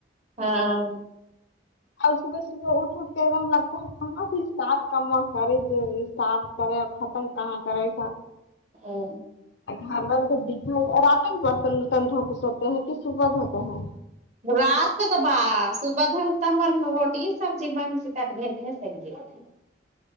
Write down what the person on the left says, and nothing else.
اور صبح صبح اٹ اٹھ کے وہاں لگتا ہے تھا نا کی اسٹارٹ کم کرے جو صاف کرے اور ختم کہاں کرے
گھر والوں کو دکھا اور رات میں برتن برتن دھو کے سوتے ہیں کی صبح دھوتے ہیں